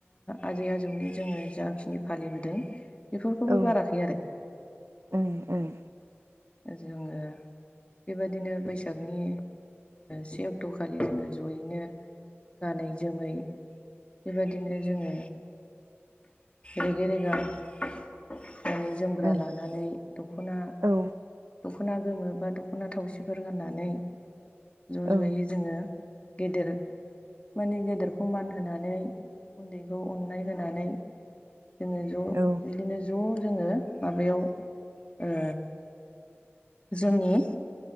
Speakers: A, on the left; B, on the right.
A: आजै आजौनि जोङो जाखिनि फालिबोदों बेफोरखौबो
B: औ
A: गाराखै आरो
B: ओं ओं
A: जोङो बेबाददिनो बैसागनि से अक्ट'खालि जोङो जयैनो‌ गानै जोमै बेबायदिनो जोङो रेगे रेगा रोन जोमग्रा
B: ओं
A: लानानै दख'ना
B: औ
A: दख'ना गोमो बा दख'ना थावसिफोर गाननानै ज'
B: औ ओम
A: ज'यै जोङो गेदेर माने गेदेरखौ मान होनानै उन्दैखौ अननाय होनानै जोङो ज'
B: औ
A: बिदिनो ज' जोङो माबायाव ओ जोंनि